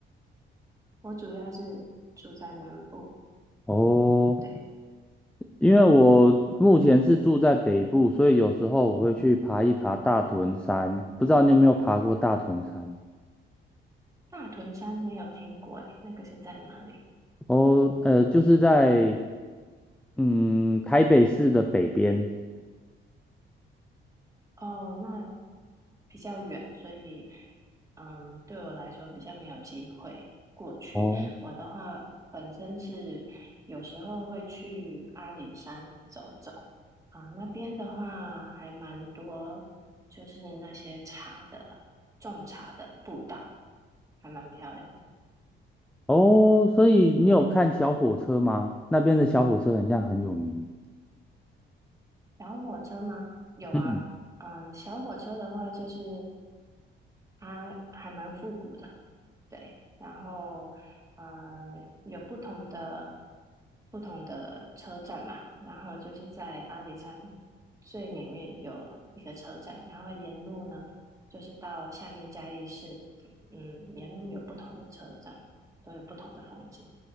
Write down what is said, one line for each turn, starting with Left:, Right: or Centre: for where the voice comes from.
Right: 我主要是住在南部，
Centre: 哦，
Right: 对，
Centre: 因为我目前是住在北部，所以有时候我会去爬一爬大屯山。不知道你有没有爬过大屯山？
Right: 大屯山没有听过，诶，那个是在哪里？
Centre: 哦，呃，就是在嗯台北市的北边。
Right: 哦，那比较远，所以嗯，对我来说比较没有机会过去。
Centre: 哦，
Right: 我的话，本身是有时候会去阿里山走走啊，那边的话还蛮多，就是那些茶的，种茶的步道，还蛮漂亮的。
Centre: 哦，所以你有看小火车吗？那边的小火车很像很有名。
Right: 小火车吗？有啊，
Centre: 嗯
Right: 嗯，小火车的话就是它还蛮复古的，对，然后呃有不同的不同的车站嘛，然后就是在阿里山最里面有一个车站，然后沿路呢就是到下面嘉义市，嗯，沿路有不同的车站，都有不同的风景。